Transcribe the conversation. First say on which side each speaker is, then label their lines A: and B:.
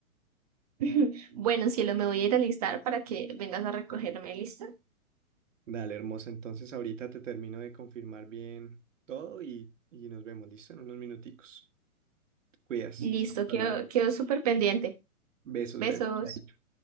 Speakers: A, on the right (about 25°); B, on the right (about 55°).
A: <laughs> Bueno, cielo, me voy a ir a listar para que vengas a recogerme, ¿listo?
B: Dale, hermosa, entonces ahorita te termino de confirmar bien todo y, y nos vemos, listo, en unos minuticos. Te Cuidas.
A: Listo,
B: estamos hablando.
A: quedo, quedo súper pendiente.
B: Besos,
A: Besos.
B: bebé. Chaito.